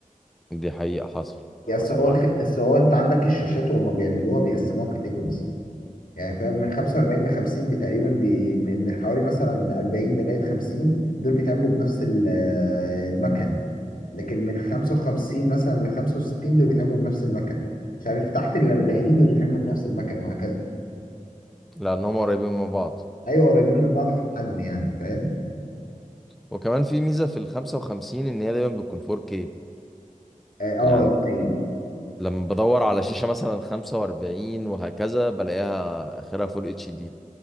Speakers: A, in the centre; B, on the left.
A: دي حقيقه حصل
B: بس
A: حصل
B: هو
A: معاك
B: الخ... بس هو انت عندك الشاشات وهم بيعملوها بيقسموها كاتيجوريز يعني فاهم من 45 ل 50 بي- تقريبا بي... من من حوالي مثلا 40 لغايه 50 دول بيتعملوا بنفس ال- آه، المكن لكن من 55 مثلا ل 65 دول بيتعملوا بنفس المكن مش عارف تحت ال 40 دول بيتعملوا بنفس المكن وهكذا
A: لان هم قريبين من بعض
B: ايوه قريبين من بعض في الحجم يعني فاهم
A: وكمان في ميزه في ال 55 ان هي دايما بتكون 4K
B: اه آه،
A: يعني
B: ايوه
A: لما بدور على شاشه مثلا 45 وهكذا بلاقيها اخرها فول اتش دي،